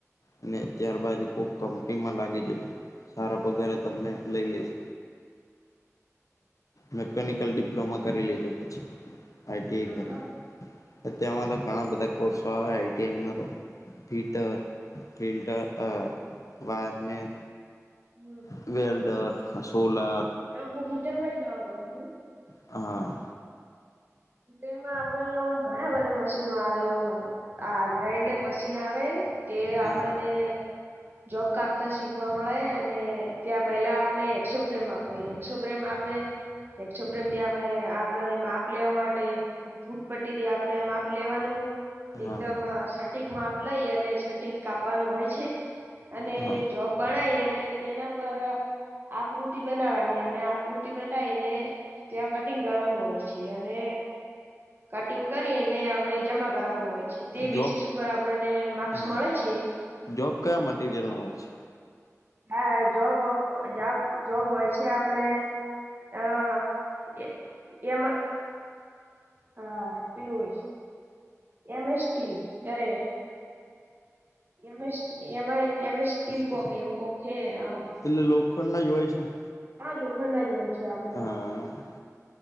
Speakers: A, on the left; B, on the right.
A: અને ત્યારબાદ કોક કંપનીમાં લાગી જઉ સારા પગારે તમને લઈ લઈશ મેકેનિકલ ડિપ્લોમા કરી લેજો પછી આઈટીએ
B: હા
A: કરીને અતયાવ તો ઘણા બધા કોર્સો આવે આઈટી આઈ મા તો. પિટર ફિલ્ટર અ વાયરમેન
B: હમ.
A: વેલ્ડર હ સોલાર.
B: હા હુંક હીટર માંથી કામ કરું છું.
A: હા.
B: તેમા આપડા ઇયા ઓમ ઘણા બધા મશીનો આવી હોય. હા ગ્રાઇન્ડર મશીન આવે તે આપણને
A: હા
B: જોબ કાપતા શીખવા મળે અને ત્યાં પહેલા આપણે એકસો ફ્રેમ આપે એકસો ફ્રેમ આપે એકક્ષો પ્રેમથી આપણે આપણા ને માપ માપ લેવા માટે ફૂટ પટ્ટી થી આપણે માપ લેવાનું
A: હા
B: એકદમ ટિક માપ લઈ અને છટિક કાપવાનું હોય છે, અને
A: હા
B: જોબ ભણાય અને તેના પર આપ આકૃતિ બનાવવાની અને આકૃતિ બનાવીને ત્યાં કટિંગ કરવાનું હોય છે. છે અને કટિંગ કરીને આપડે જમા કરવાનું હોય છે, તે બેસીસ
A: જોબ
B: ઉપર આપણા ને માર્ક્સ
A: હા
B: મળે છે.
A: જોબ કયા મટીરિયલનો હોય છે.
B: હા જોબ- જોબ હોય છે, આપણે હ એ એમાં હા પેલુ હોય. એમ એસ્ટીલ એરે એમેસટ એમ અ એમ સ્ટીલ કોક
A: છે
B: એવું કોક હે આમ.
A: એટલે લોખંડના જ હોય છે ને
B: હા લોખંડના જ હોય છે, આપડે
A: હા